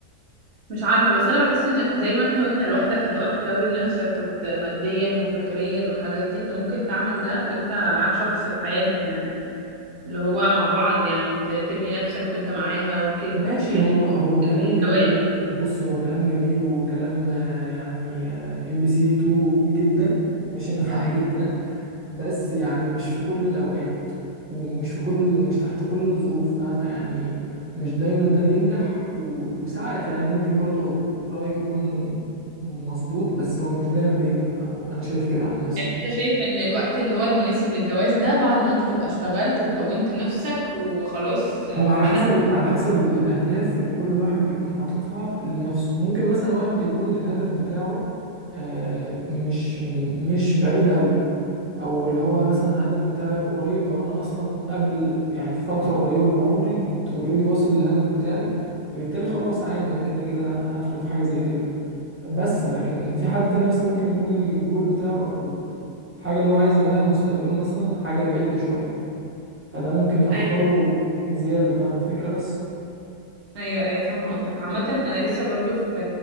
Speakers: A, on the right; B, on the right.
A: مش عارفة بس أنا بحس إنك زي ما أنت وأنت لوحدك هتقعد تكون نفسك وت... ماديا وفكريا والحاجات دي أنت ممكن تعمل ده وأنت معاك شخص في حياتك يعني اللي هو مع بعض يعني ت... تبني نفسك وأنت معاها وكده
B: ماشي
A: يعني
B: هو هو كلام
A: أكيد الجواز
B: جميل بص هو كلام جميل وكلام آه، يعني ام بي سي 2 جدا مش انا معاك في ده بس يعني مش في كل الاوقات ومش في كل مش تحت كل الظروف فاهمة يعني مش دايما ده بينجح و... وساعات يعني ممكن برضو رأيك يكون مظبوط بس هو مش دايما بينجح او انا شايف كده عن نفسي
A: يعني أنت شايف إن الوقت اللي هو المناسب للجواز ده بعد ما أنت تبقى اشتغلت وكونت نفسك وخلاص
B: هو على
A: بعدها
B: حسب ال- على حسب ال- الأهداف اللي كل واحد بيكون حاططها لنفسه ممكن مثلا واحد يكون الهدف بتاعه آه، مش مش بعيد قوي او اللي هو مثلا الهدف بتاعي قريب او انا اصلا قبل يعني في فترة قريبة من عمري كنت اوريدي واصل للهدف بتاعي فبالتالي خلاص عادي انا كده كده هدخل في حاجة زي كده بس لكن في حد تاني مثلا ممكن يكون الجول بتاعه او الحاجة اللي هو عايز يعملها لمستقبله مثلا حاجة بعيدة شوية فده ممكن يأخره
A: أيوة
B: بزيادة فاهم الفكرة بس
A: ايوه ايوه فاهمه قصدك عامه انا لسه برضو في